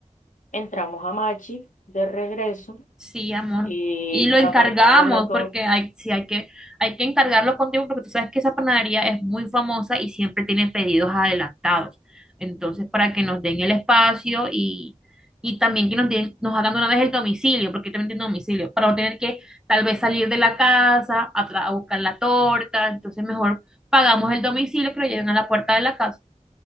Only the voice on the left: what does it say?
entramos a Machi de regreso
Y
apartamos la torre.